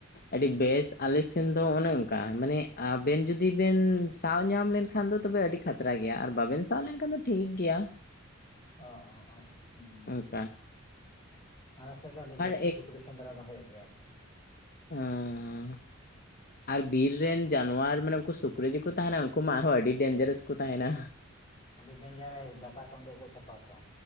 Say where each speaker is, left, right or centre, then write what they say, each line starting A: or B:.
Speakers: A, on the left; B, on the left.
A: ᱟᱹᱰᱤ ᱵᱮᱥ ᱟᱞᱮ ᱥᱮᱱ ᱫᱚ ᱚᱱᱮ ᱚᱱᱠᱟ ᱢᱟᱱᱮ ᱟᱵᱮᱱ ᱡᱩᱫᱤ ᱵᱮᱱ ᱥᱟᱵ ᱧᱟᱢ ᱞᱮᱱᱼᱼ ᱠᱷᱟᱱ ᱫᱚ ᱛᱚᱵᱮ ᱟᱹᱰᱤ ᱠᱷᱟᱛᱨᱟ ᱜᱮᱭᱟ ᱟᱨ ᱵᱟᱵᱮᱱ ᱥᱟᱵ ᱞᱮᱱᱠᱷᱟᱱ ᱫᱚ ᱴᱷᱤᱠ ᱜᱮᱭᱟ᱾
B: ᱚ ᱚ ᱚ ᱻ ᱦᱩᱸ
A: ᱚᱱᱠᱟ
B: ᱟᱞᱮ ᱥᱮᱫ ᱫᱚ ᱟᱹᱰᱤ ᱡᱟᱹᱥᱛᱤ
A: ᱟᱨ
B: ᱥᱩᱠᱨᱤ ᱥᱮᱸᱫᱽᱨᱟ ᱫᱚ ᱦᱳᱭᱳᱜ ᱜᱮᱭᱟ᱾ ᱟᱨ
A: ᱩᱸᱻ
B: <inaudible>
A: ᱟᱨ ᱵᱤᱨ ᱨᱮᱱ ᱡᱟᱱᱣᱟᱨ ᱢᱟᱱᱮ ᱩᱱᱠᱩ ᱥᱩᱠᱨᱤ ᱡᱮᱠᱚ ᱛᱟᱦᱮᱱᱟ ᱩᱱᱠᱩ ᱢᱟ ᱟᱨᱦᱚᱸ ᱟᱹᱰᱤ ᱰᱮᱱᱡᱟᱨᱟᱥ ᱠᱚ ᱛᱟᱦᱮᱱᱟ᱾
B: ᱟᱹᱰᱤ ᱰᱮᱱᱡᱟᱨᱮᱥ ᱰᱟᱴᱟ ᱠᱚ ᱳᱰᱩᱞᱳᱠᱚᱜ ᱛᱟᱠᱚᱣᱟ?